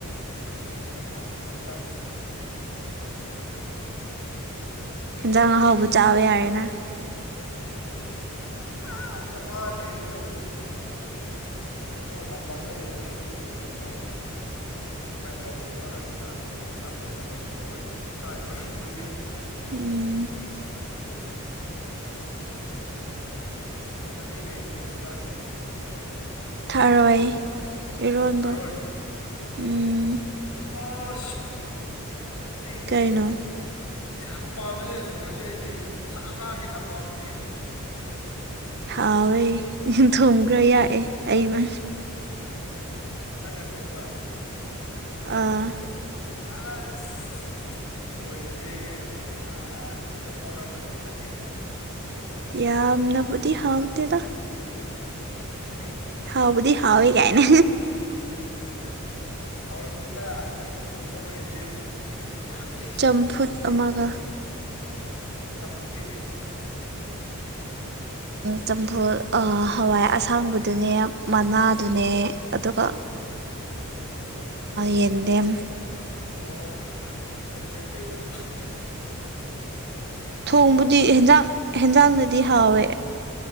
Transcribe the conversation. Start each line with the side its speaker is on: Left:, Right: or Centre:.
Left: ꯎꯝ ꯆꯥ ꯃꯉꯥ ꯆꯞ ꯆꯥꯏ ꯑꯩꯈꯣꯏꯅ
Right: ꯍꯦꯟꯖꯥꯡ ꯑꯍꯥꯎꯕ
Left: ꯈꯟꯕ ꯑꯃ
Right: ꯆꯥꯕ ꯌꯥꯔꯦꯅ
Left: ꯎꯝ ꯌꯥ ꯆꯝꯃꯉꯥ ꯂꯩꯔꯗꯤ ꯍꯧꯖꯤꯛ ꯀꯩꯅꯣ ꯇꯝꯄꯥꯛꯇ ꯂꯩꯔꯤꯉꯩꯗꯤ ꯀꯩꯅꯣ ꯖꯣꯃꯦꯇꯣꯒꯨꯝꯕ ꯑꯗꯨꯗ ꯑꯆꯥꯄꯣꯠ ꯑꯣꯔꯗꯔ ꯇꯧꯔꯒ ꯑꯗꯨꯝ ꯆꯥꯏꯑꯦꯕ ꯑꯗꯨꯒꯤ
Right: ꯎꯝ
Left: ꯅꯪꯗꯤ ꯀꯩ ꯃꯊꯦꯜ ꯆꯥꯔꯝꯒꯦ꯫
Right: ꯊꯥꯔꯣꯏ ꯏꯔꯣꯟꯕ
Left: ꯊꯔꯣꯏ
Right: ꯎꯝ
Left: ꯑꯣ ꯑꯩ
Right: ꯀꯩꯅꯣ
Left: ꯒꯤꯐ ꯌꯥꯝ ꯄꯥꯝꯕꯅꯦ ꯊꯔꯣꯏꯁꯦ ꯑꯩꯗꯤ ꯁꯥ ꯉꯥ ꯍꯦꯟꯅ ꯄꯥꯝꯕꯅꯦ꯫
Right: ꯊꯥꯎꯋꯦ ꯊꯨꯝꯈ꯭ꯔ
Left: ꯎꯝ
Right: ꯌꯥꯛꯑꯦ ꯑꯩꯅ
Left: ꯅꯪꯅ ꯊꯣꯡꯕ
Right: ꯑꯥ
Left: ꯑꯁ ꯑꯗꯨ ꯑꯣꯏꯔꯗꯤ ꯑ ꯌꯥꯝ ꯍꯥꯎꯔꯝꯃꯅꯤ ꯈꯪꯉꯦ꯫
Right: ꯌꯥꯝꯅꯕꯨꯗꯤ ꯍꯥꯎ ꯇꯗꯥ
Left: <unintelligible>
Right: ꯍꯥꯎꯕꯨꯙꯗꯤ ꯍꯥꯎꯋꯦ ꯀꯥꯏꯅꯦ꯫
Left: ꯍꯥꯎꯔꯝꯅꯤꯗ ꯅꯪꯅ ꯊꯣꯡꯕ ꯑꯣꯏꯔꯗꯤ ꯌꯥꯝ ꯎꯆꯦꯛꯁꯤꯅ
Right: ꯆꯝꯐꯨꯠ
Left: ꯊꯣꯡ ꯂꯝꯗꯤꯒꯤ
Right: ꯑꯃꯒ
Left: ꯑꯣ ꯆꯝꯐꯨꯠꯗꯤ ꯀꯩ ꯆꯝꯐꯨꯠ
Right: ꯆꯝꯐꯨꯜ ꯍꯋꯥꯏ ꯑꯁꯥꯡꯕꯗꯨꯅꯦ ꯃꯅꯥꯗꯨꯅꯦ꯫ ꯑꯗꯨꯒ
Left: <inaudible>
Right: ꯌꯦꯗꯦꯝ
Left: ꯑꯣ ꯌꯥꯝꯦꯝꯗꯦꯝꯗꯤ ꯑꯩꯗꯤ ꯄꯥꯝꯗꯦ꯫ ꯅꯪꯗꯤ
Right: ꯊꯣꯡꯕꯨꯗꯤ
Left: ꯄꯥꯝꯕ꯭ꯔꯣ ꯌꯥꯝ
Right: ꯍꯟꯖꯥꯡ ꯍꯦꯟꯖꯥꯡꯅꯗꯤ ꯍꯥꯎꯋꯦ